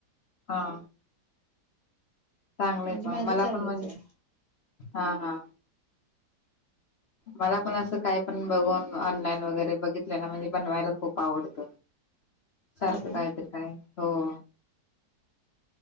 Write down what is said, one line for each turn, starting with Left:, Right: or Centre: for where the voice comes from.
Left: हा. चांगलंय
Right: म्हणजे
Left: मग
Right: माझं
Left: मला
Right: चालूच
Left: पण म्ह
Right: आहे
Left: हा हा. मला पण असं काय पण बघून ऑनलाईन वगैरे बघितलं ना म्हणजे बनवायला खूप आवडत सारखं
Right: हो ना
Left: काहीतरी काय हो.